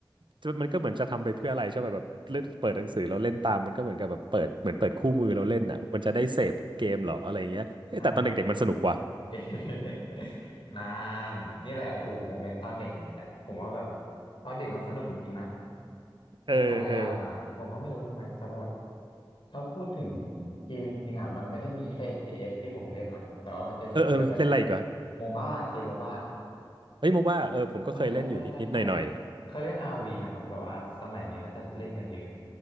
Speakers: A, on the right (about 65°); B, on the left (about 75°).
A: จะมันก็เหมือนจะทำไปเพื่ออะไรใช่ป่ะแบบเล่นเปิดหนังสือเราเล่นตามมันก็เหมือนกับแบบเปิดเหมือนเปิดคู่มือเราเล่นอ่ะมันจะได้เสพเกมเหรออะไรอย่างเงี้ยเอ้ยแต่ตอนเด็กๆมันสนุกกว่า
B: อ่าเอ๊ะ <laughs> นานนี่แหละโอ้โหโมเมนต์ตอนเด็กแหละผมว่าแบบตอนเด็กมันสนุกจริงๆนะ
A: <laughs> เออเออ
B: ในแต่ละอย่างอ่ะผมก็ไม่รู้ทำไมแต่แบบถ้าพูดถึงเกมจริงๆอ่ะมันไม่ได้มีแค่ FPS ที่ผมเล่นอ่ะแต่ว่ามันจะมีเกมแบบ
A: เออเออเล่นอะไรอีกวะ
B: โมบ้าเกมโมบ้า
A: เฮ้ยโมว่าเออผมก็เคยเล่นอยู่นิดนิดหน่อยหน่อย
B: ใช่ใช่ใช่ใช่ใช่เคยเล่น ROV ไหมครับแบบว่าสมัยนี้น่าจะเล่นกันเยอะ